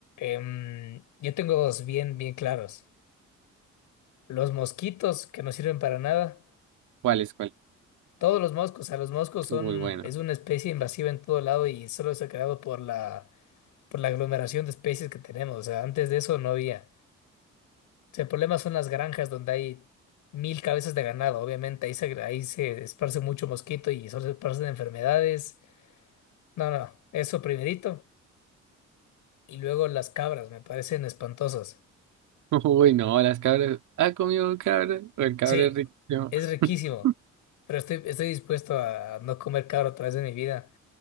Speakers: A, on the left; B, on the right.
A: Em, yo tengo dos bien, bien claros. Los mosquitos, que no sirven para nada.
B: ¿Cuál es cuál?
A: Todos los moscos, o sea, los moscos son,
B: Muy bueno.
A: es una especie invasiva en todo lado y solo se ha creado por la, por la aglomeración de especies que tenemos. O sea, antes de eso no había. O sea, el problema son las granjas donde hay mil cabezas de ganado. Obviamente ahí se, ahí se esparce mucho mosquito y solo se esparcen enfermedades. No, no, eso primerito. Y luego las cabras, me parecen espantosas.
B: <laughs> Uy, no, las cabras. ¿Ha comido cabras? O El cabra
A: Sí,
B: es rico.
A: es riquísimo,
B: <laughs>
A: pero estoy, estoy dispuesto a no comer cabra otra vez en mi vida.